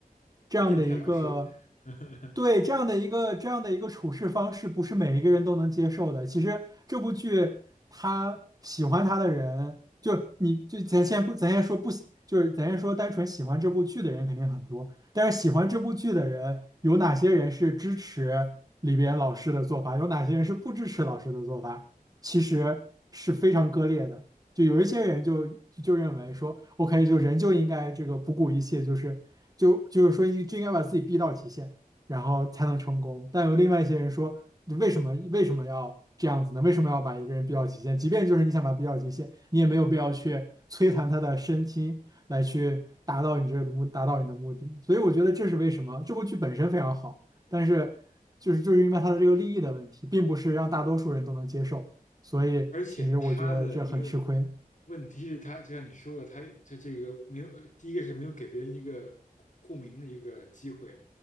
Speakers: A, on the right (about 25°); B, on the left (about 55°).
A: 这样的一个
B: 变态老师，<laughs>
A: 对这样的一个这样的一个处事方式，不是每一个人都能接受的。其实这部剧他喜欢他的人，就你就咱先不咱先说不喜，就是咱先说单纯喜欢这部剧的人肯定很多，但是喜欢这部剧的人，有哪些人是支持里边老师的做法，有哪些人是不支持老师的做法，其实是非常割裂的。就有一些人就就认为说，OK，就人就应该这个不顾一切，就是就就是说就应该把自己逼到极限，然后才能成功。但有另外一些人说，就为什么为什么要这样子呢？为什么要把一个人逼到极限？即便就是你想把他逼到极限，你也没有必要去摧残他的身心。来去达到你这个目，达到你的目的。所以我觉得这是为什么这部剧本身非常好，但是就是就是因为它的这个利益的问题，并不是让大多数人都能接受，所以其实我觉得这很吃亏。
B: 而且他的一个问题是他，就像你说的，他就这个没有，第一个是没有给别人一个共鸣的一个机会，